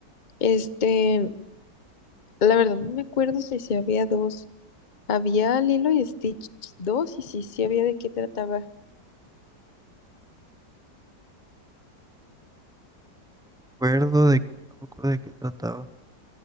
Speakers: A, on the left; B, in the centre.
A: Este, la verdad no me acuerdo si, si había dos, había Lilo y Stitch dos y si sí, sí había de qué trataba.
B: Recuerdo de, no me acuerdo de qué trataba.